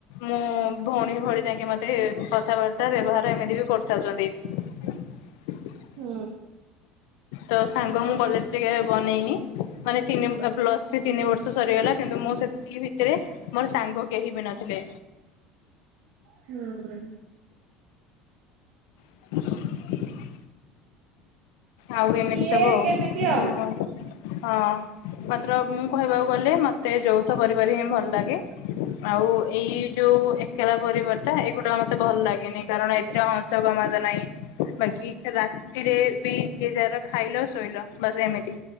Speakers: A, on the left; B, on the right.
A: ମୁଁ ଭଉଣୀ ଭଳି ତାଙ୍କେ ମତେ କଥାବାର୍ତ୍ତା ବ୍ୟବହାର ଏମିତି ବି କରିଥାଉଚନ୍ତି। <inaudible>
B: ହୁଁ।
A: ତ ସାଙ୍ଗ ମୁଁ କଲେଜ ଟିକେ ବନେଇନି ମାନେ ତିନି ପ୍ଲସ ଥ୍ରୀ ତିନି ବର୍ଷ ସରିଗଲା କିନ୍ତୁ ମୁଁ ସେତିକି ଭିତରେ ମୋର ସାଙ୍ଗ କେହି ବି ନଥିଲେ।
B: ହୁଁ।
A: <inaudible> ଆଉ ଏମିତି
B: କିଏ
A: ସବୁ ଆଉ
B: କେମିତି
A: ହୁଁ।
B: ଆଉ।
A: ହଁ ମାତ୍ର ମୁଁ କହିବାକୁ ଗଲେ ମତେ ଯୌଥ ପରିବାର ହିଁ ଭଲ ଲାଗେ। ଆଉ ଏଇ ଯୋଉ ଏକଲା ପରିବାର ଟା ଏଇଗୁଡା ମତେ ଭଲ ଲାଗେନି କାରଣ ଏଥିରେ <unintelligible> ନାହିଁ ବାକି ରାତିରେ ବି ଯିଏ ଯାହାର ଖାଇଲ ଶୋଇଲ ବାସ ଏମିତି।